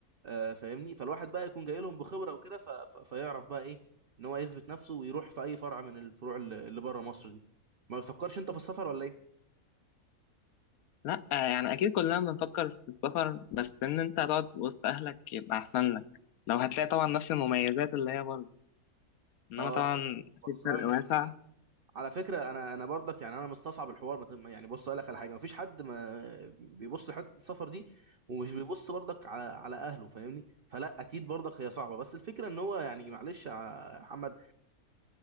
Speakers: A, on the right; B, on the left.
A: آه، فاهمني فالواحد بقى يكون جاي لهم بخبره وكده ف... ف... فيعرف بقى ايه ان هو يثبت نفسه ويروح في اي فرع من الفروع اللي اللي بره مصر دي ما بتفكرش انت في السفر ولا ايه
B: لا آه، يعني اكيد كلنا بنفكر في السفر بس ان انت هتقعد وسط اهلك يبقى احسن لك لو هتلاقي طبعا نفس المميزات اللي هي برضه انما
A: اه
B: طبعا
A: باصص
B: في فرق
A: لها من ناحيه
B: واسع
A: الاهل على فكره انا انا برضك يعني انا مستصعب الحوار ما تم- يعني بص اقول لك على حاجه مفيش حد ما بيبص لحته السفر دي ومش بيبص برضك على على اهله فاهمني فلا اكيد برضك هي صعبه بس الفكره ان هو يعني معلش يا محمد